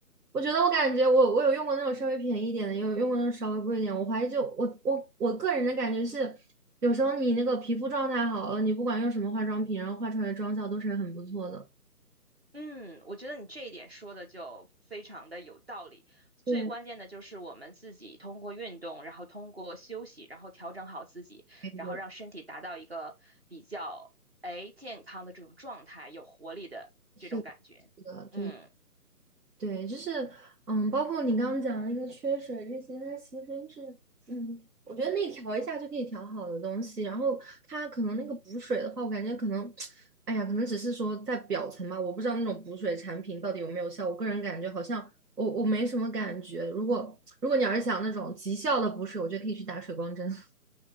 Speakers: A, on the right; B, on the right.
A: 我觉得我感觉我我有用过那种稍微便宜一点的，也有用过那种稍微贵一点。我怀疑就我我我个人的感觉是，有时候你那个皮肤状态好了，你不管用什么化妆品，然后画出来的妆效都是很不错的。
B: 嗯，我觉得你这一点说的就非常的有道理。最关键的就是我们自己通过运动，
A: 对，
B: 然后通过休息，然后调整好自己，
A: 对，对
B: 然后让身体达到一个比较哎健康的这种状态，有活力的这种感觉。
A: 是的，是的，
B: 嗯，
A: 对。对，就是，嗯，包括你刚刚讲的那个缺水这些，它其实是，嗯，我觉得内调一下就可以调好的东西。然后它可能那个补水的话，我感觉可能，哎呀，可能只是说在表层吧，我不知道那种补水产品到底有没有效。我个人感觉好像我我没什么感觉。如果如果你要是想那种极效的补水，我觉得可以去打水光针 <laughs>